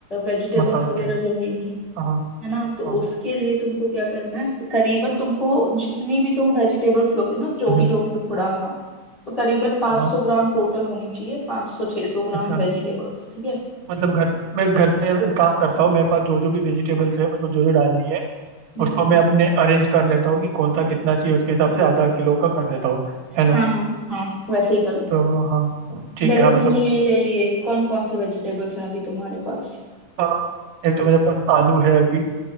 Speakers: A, on the left; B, on the right.
A: वेजिटेबल्स
B: मसाला
A: वगैरह
B: टाइप
A: जो रहेंगी
B: हाँ
A: है ना तो
B: हाँ
A: उसके लिए तुमको क्या करना है करीबन तुमको जितनी भी तुम वेजिटेबल्स लोगे ना जो
B: हम्म,
A: भी जो भी तुमको डालना हो तो करीबन 500
B: हाँ
A: ग्राम टोटल होनी चाहिए 500 600 ग्राम
B: अच्छा
A: वेजिटेबल्स ठीक है
B: मतलब घर मैं घर पे एक काम करता हूँ मेरे पास जो जो भी वेजिटेबल्स है मेरे को जो जो डालनी है
A: हम्म
B: उसको
A: हम्म, हम्म।
B: मैं अपने अरेंज कर लेता हूँ कि कौन सा कितना चाहिए उसके हिसाब से आधा किलो का कर देता हूँ
A: हाँ
B: है ना
A: हाँ हाँ वैसे ही कर लो
B: तो हाँ ठीक
A: जैसे
B: है हाँ
A: तुमने
B: मतलब
A: ये ले लिए कौन कौन से वेजिटेबल्स हैं अभी तुम्हारे पास
B: अ, एक तो मेरे पास आलू है अभी